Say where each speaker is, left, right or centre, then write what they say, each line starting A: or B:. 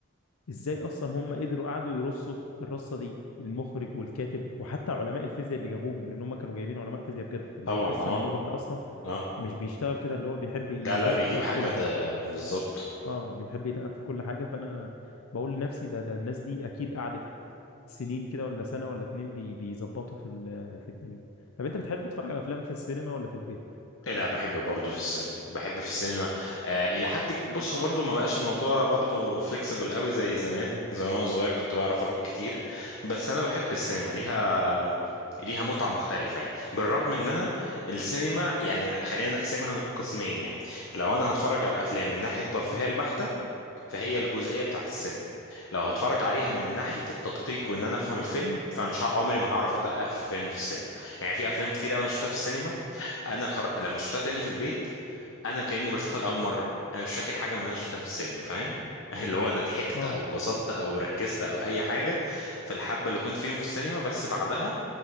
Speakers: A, on the left; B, on the left.
A: ازاي اصلا هم قدروا قعدوا يرصوا الرصه دي المخرج والكاتب وحتى علماء الفيزياء اللي جابوهم لان هم كانوا جايبين علماء فيزياء بجد اللي
B: طبعا
A: هو كريستيان
B: اه
A: نوبل ده اصلا
B: اه
A: مش بيشتغل كده اللي هو بيحب يدقق
B: لا لا بيجيب
A: قوي
B: حاجه
A: في كل
B: ده
A: حاجه
B: بالظبط
A: اه بيحب يدقق في كل حاجه فانا بقول لنفسي ده ده الناس دي اكيد قعدت سنين كده ولا سنه ولا اتنين بي بيظبطوا في ال- في الدنيا طب انت بتحب تتفرج على افلام في السينما ولا في البيت
B: إيه لا بحب برضه في السينما بحب في السينما آه الى حد ك- بص هو برضه ما بقاش الموضوع برضه فليكسبل قوي زي زمان زمان وانا صغير كنت بعرف اروح كتير بس انا بحب السينما ليها ليها متعة مختلفة يعني بالرغم ان انا السينما يعني خلينا نقسمها قسمين يعني لو انا هتفرج على افلام من ناحية الترفيهية البحتة فهي الجزئية بتاعت السينما لو هتفرج عليها من ناحية التدقيق وان انا افهم الفيلم فمش ه- عمري ما هعرف ادقق في الفيلم في السينما يعني في افلام كتير قوي انا شفتها في السينما انا خر... لما شفتها تاني في البيت انا كاني بشوفها لاول مره انا مش فاكر حاجه من اللي انا شفتها في السينما فاهم <laughs> اللي هو انا ضحكت
A: اه
B: او اتبسطت او ركزت او اي حاجه في الحبه اللي كنت فيهم في السينما بس بعدها